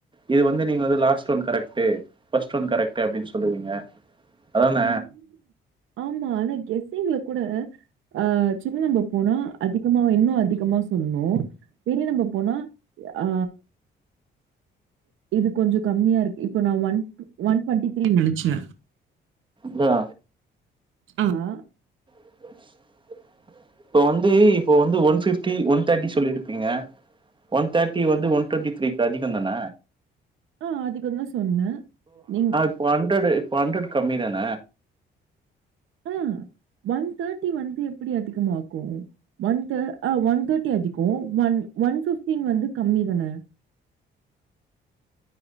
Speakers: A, on the right (about 25°); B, on the right (about 80°).
A: இது வந்து நீங்க வந்து last one correct first one correct அப்டின் சொல்லுவிங்க அதான
B: ஆ. ஆமா ஆனா கெஸ்ஸிங்ல கூட ஆ சின்ன நெம்ப போனா அதிகமா இன்னு அதிகமா சொல்ணு. பெரிய நெம்ப போனா ய ஆ இது கொஞ்சோ கம்மியா இருக்கு இப்ப நா ஒன்ட்டு ஒன் டுவெண்டி த்ரீ நெனச்சே.
A: த்யா
B: ஆ அ
A: உ <inaudible> இப்ப வந்து இப்போ வந்து ஒன் ஃபிஃப்டி ஒன் தேட்டி சொல்லிருப்பிங்க. ஒன் தேட்டி வந்து ஒன் டொண்ட்டி த்ரீக் அதிகந்தான.
B: அ அதிகந்தா சொன்னே நீங்
A: ப்பொ ஹண்ரடு இப்பொ ஹண்ரடு கம்மி தான.
B: அ ஒன் தேட்டி வந்து எப்பிடி அதிகமாக்கு. ஒன் தே அ ஒன் தேட்டி அதிகோ ஒன் ஒன் ஃபிஃப்டீன் வந்து கம்மி தான.